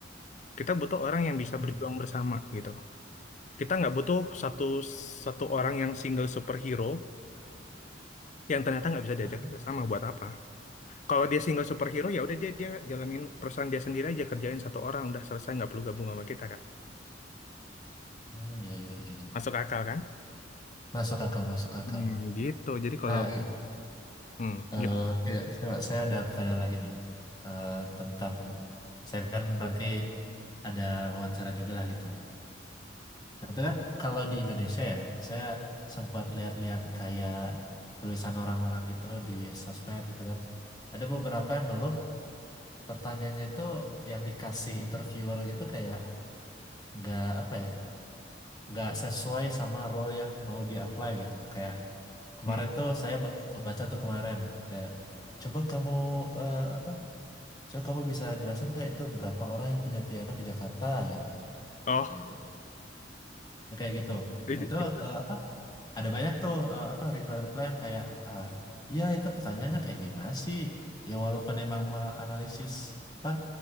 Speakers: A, on the left (about 40°); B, on the left (about 20°).
A: kita butuh orang yang bisa
B: Hmm.
A: berjuang bersama gitu kita nggak butuh satu satu orang yang single superhero yang ternyata nggak bisa diajak
B: Ah,
A: kerjasama buat apa kalau dia single superhero ya udah dia dia jalanin perusahaan dia sendiri aja kerjain satu orang udah selesai nggak perlu gabung sama kita kan
B: oh, ya, ya, ya, ya.
A: Masuk akal kan?
B: Masuk akal, masuk akal.
A: Hmm, gitu. Jadi kalau
B: Nah, i-
A: hmm,
B: eh,
A: gimana?
B: iya, coba saya ada pertanyaan lagi nih Eh, tentang saya kan nanti ada wawancara juga lah gitu. Nah, Itu kan kalau di Indonesia ya, saya sempat lihat-lihat kayak tulisan orang-orang gitu di sosmed gitu kan. Ada beberapa yang ngeluh pertanyaannya itu yang dikasih interviewer gitu kayak nggak apa ya, nggak sesuai sama role yang mau dia apply gitu. Kayak Kemarin
A: Hmm.
B: tuh saya baru kebaca tuh kemarin kayak coba kamu eh, apa? Coba kamu bisa jelasin nggak itu berapa orang yang punya piano di Jakarta gitu.
A: Oh,
B: Kayak gitu. Nah, Kayak gitu.
A: itu,
B: Nah, itu
A: itu.
B: eh, apa? Ada banyak tuh eh, apa reply-reply yang kayak ah, iya itu pertanyaannya kayak gimana sih? Ya walaupun emang me- analisis apa